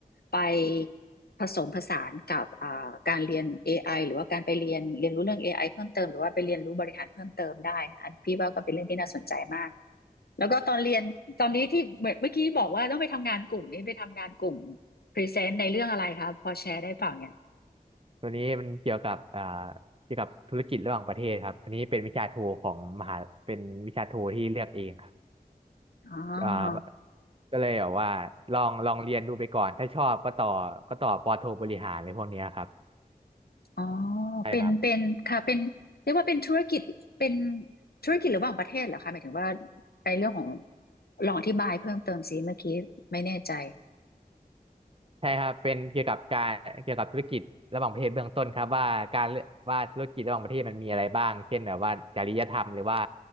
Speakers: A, on the left; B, on the right.
A: ไปผสมผสานกับอ่าการเรียนเอไอหรือว่าการไปเรียนเรียนรู้เรื่องเอไอเพิ่มเติมหรือว่าไปเรียนรู้บริหารเพิ่มเติมได้นะอันพี่ว่าก็เป็นเรื่องที่น่าสนใจมากแล้วก็ตอนเรียนตอนนี้ที่เหมือนเมื่อกี้บอกว่าต้องไปทำงานกลุ่มนี้ไปทำงานกลุ่มพรีเซนต์ในเรื่องอะไรคะพอแชร์ได้เปล่าเนี่ย
B: ตัวนี้มันเกี่ยวกับอ่าเกี่ยวกับธุรกิจระหว่างประเทศครับอันนี้เป็นวิชาโทของมหาเป็นวิชาโทที่เลือกเองครับ
A: อ๋อ
B: อ่าก็เลยแบบว่าลองลองเรียนดูไปก่อน ถ้าชอบก็ต่อก็ต่อปอโทบริหารอะไรพวกเนี้ยครับ
A: อ๋อ
B: ใช่ครับ
A: เป็นเป็นค่ะเป็นเรียกว่าเป็นธุรกิจเป็นธุรกิจระหว่างประเทศเหรอคะหมายถึงว่าในเรื่องของลองอธิบายเพิ่มเติมสิเมื่อกี้ไม่แน่ใจ
B: ใช่ครับเป็นเกี่ยวกับการเกี่ยวกับธุรกิจระหว่างประเทศเบื้องต้นครับว่าการว่าธุรกิจระหว่างประเทศมันมีอะไรบ้างเช่นแบบว่าจริยธรรมหรือว่า